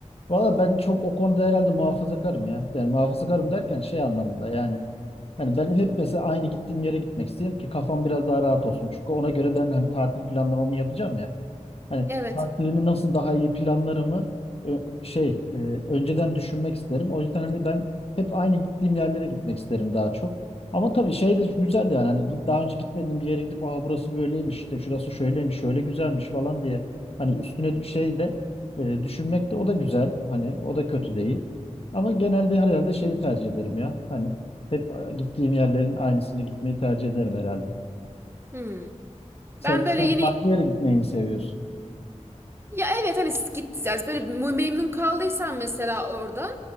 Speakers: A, on the left; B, on the right.
A: Valla ben çok o konuda herhalde muhafazakarım ya. Yani muhafazakarım derken şey anlamında yani. Hani ben hep mesela aynı gittiğim yere gitmek istedim ki kafam biraz daha rahat olsun. Çünkü ona göre ben hani tatil planlamamı yapacağım ya. Hani
B: Evet.
A: tatilimi nasıl daha iyi planlarımı ö- şey e, önceden düşünmek isterim. O yüzden hani ben hep aynı gittiğim yerlere gitmek isterim daha çok. Ama tabii şey de güzel yani hani git daha önce gitmediğim bir yere gidip aa burası böyleymiş işte şurası şöyleymiş şöyle güzelmiş falan diye hani üstüne şey de e, düşünmek de o da güzel hani o da kötü değil. Ama genelde herhalde şeyi tercih ederim ya hani hep gittiğim yerlerin aynısında gitmeyi tercih ederim herhalde.
B: Hmm. Ben
A: Sen,
B: böyle
A: sen
B: yeni
A: farklı yere gitmeyi mi seviyorsun?
B: Ya evet hani s- git yani böyle memnun kaldıysan mesela oradan